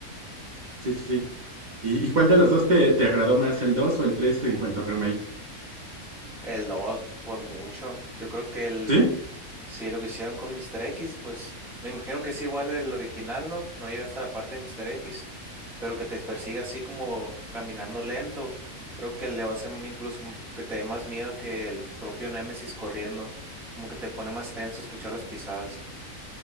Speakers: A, on the right; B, in the centre.
A: Sí, sí, sí. ¿Y, y cuál de los dos te, te agradó más, el 2 o el 3 en cuanto a remake?
B: El 2 por mucho. Yo creo que el.
A: ¿Sí?
B: Si lo que hicieron con Mr. X, pues me imagino que es igual el original, ¿no? No llega hasta la parte de Mr. X, pero que te persiga así como caminando lento. Creo que le va a hacer incluso que te dé más miedo que el propio Nemesis corriendo. Como que te pone más tenso escuchar las pisadas.